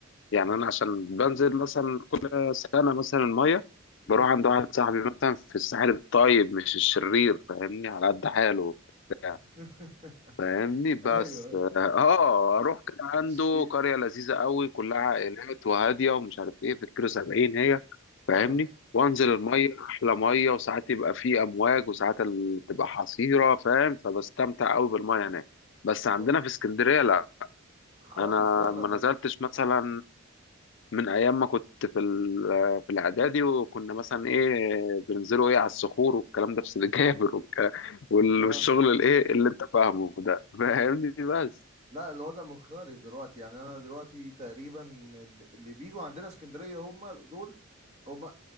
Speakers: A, on the left; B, on the right.
A: يعني أنا عشان بانزل مثلًا كل سنة مثلًا المَيّة،
B: امم
A: باروح عند واحد صاحبي مثلًا في الساحل الطيب مش الشرير فاهمني، على قد حاله وبتاع.
B: <laughs>
A: فاهمني بس
B: ايوه ايوه
A: اه اروح كان عنده
B: الشيء
A: قريه لذيذه قوي كلها عائلات وهاديه ومش عارف ايه في الكيلو 70 هي فاهمني
B: اه
A: وانزل الميه احلى ميه وساعات يبقى في امواج وساعات ال- تبقى حصيره فاهم فبستمتع قوي بالميه هناك بس
B: مم.
A: عندنا في اسكندريه لا
B: خالص
A: انا
B: لا لا
A: ما
B: لا
A: نزلتش مثلا من ايام ما كنت في ال- في الاعدادي وكنا مثلا ايه بننزلوا ايه على الصخور والكلام ده في سيدي جابر والك- وال-
B: اه
A: والشغل الايه اللي انت فاهمه ده فاهمني بس
B: لا الوضع مختلف دلوقتي يعني انا دلوقتي تقريبا اللي اللي بيجوا عندنا اسكندرية هم دول هم